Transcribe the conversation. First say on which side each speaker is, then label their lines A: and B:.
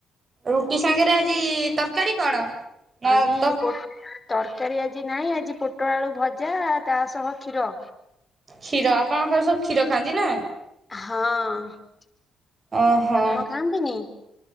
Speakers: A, on the right; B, on the left.
A: ରୁଟି ସାଙ୍ଗରେ ଆଜି ତରକାରୀ କଣ? ନା
B: ଆଜି
A: ତ
B: ପୋ ତରକାରୀ ଆଜି ନାହିଁ, ଆଜି ପୋଟଳ ଆଳୁ ଭଜା ଆଉ ତା ସହ କ୍ଷୀର।
A: କ୍ଷୀର, ଆପଣଙ୍କ ଘରେ ସବୁ କ୍ଷୀର ଖାଆନ୍ତି ନା।
B: ହଁ।
A: ଓ ହୋ।
B: ଆପଣ ଖାଆନ୍ତିନି?